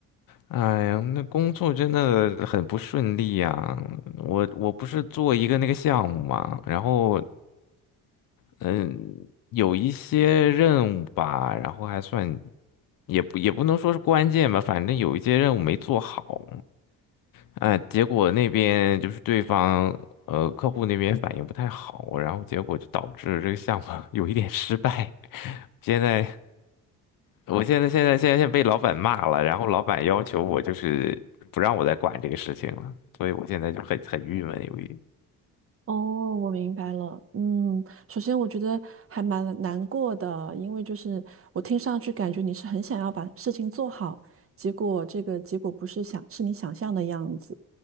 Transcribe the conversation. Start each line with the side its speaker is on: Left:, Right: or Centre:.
Left: 哎呀，那工作真的很不顺利呀！我我不是做一个那个项目嘛，然后嗯，有一些任务吧，然后还算也不也不能说是关键吧，反正有一些任务没做好。哎，结果那边就是对方呃客户那边反应不太好，然后结果就导致这个项目 <laughs> 有一点失败。现在我现在现在现在现在被老板骂了，然后老板要求我就是不让我再管这个事情了，所以我现在就很很郁闷，有一。
Right: 哦，我明白了。嗯，首先我觉得还蛮难过的，因为就是我听上去感觉你是很想要把事情做好，结果这个结果不是想是你想象的样子。